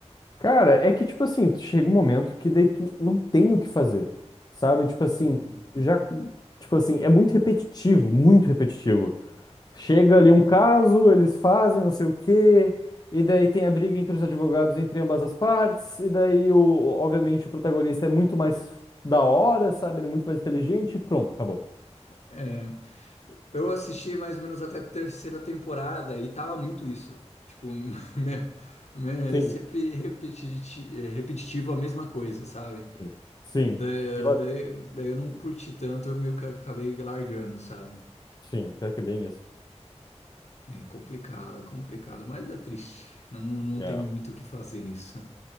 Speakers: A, on the left; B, on the left.
A: Cara, é que, tipo assim, chega um momento que daí tu não tem o que fazer, sabe? Tipo
B: Uhum.
A: assim, já, tipo assim, é muito repetitivo, muito repetitivo. Chega ali um caso, eles fazem não sei o quê, e daí tem a briga entre os advogados entre ambas as partes, e daí, o, obviamente, o protagonista é muito mais da hora, sabe? Ele é muito mais inteligente, e pronto, acabou.
B: É, eu assisti mais ou menos até a terceira temporada e tava muito isso. Tipo, <laughs> me- me-
A: Sim,
B: sempre repetiti- eh, repetitivo a mesma coisa, sabe?
A: sim, sim.
B: Daí,
A: E olha,
B: daí, daí eu não curti tanto, eu meio que acabei largando, sabe?
A: sim, pior que é bem isso.
B: É complicado, é complicado, mas é triste. Não, não
A: É.
B: tem muito o que fazer nisso,